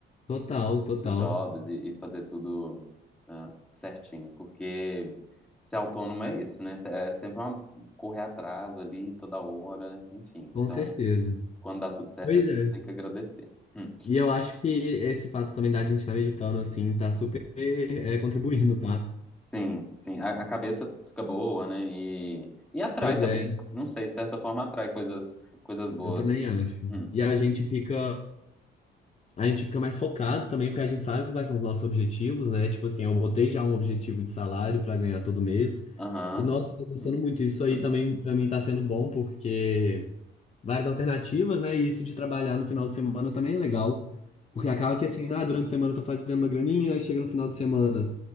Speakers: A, on the left; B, in the centre.
A: total, total,
B: esses jobs e, e fazer tudo ah, certinho, porque ser autônomo é isso, né? É sempre uma correr atrás ali toda hora, enfim.
A: com
B: Então.
A: certeza.
B: Quando dá tudo certo,
A: Pois
B: a gente
A: é.
B: tem que agradecer. Hum.
A: E eu acho que esse fato também da gente estar meditando, assim, tá super, é, contribuindo, tá?
B: Sim, sim. A, a cabeça fica boa, né? E, e atrai
A: Pois
B: também.
A: é,
B: Não sei, de certa forma atrai coisas, coisas boas.
A: eu também acho.
B: Hum.
A: E a gente fica. A gente fica mais focado também, porque a gente sabe quais são os nossos objetivos, né? Tipo assim, eu botei já um objetivo de salário para ganhar todo mês.
B: Aham.
A: E nossa, tô gostando
B: Hum,
A: muito. Isso aí
B: hum,
A: também para mim tá sendo bom, porque várias alternativas, né? E isso de trabalhar no final de semana também é legal. Porque
B: hum.
A: acaba que assim, ah, durante a semana eu tô fazendo uma graninha, aí chega no final de semana.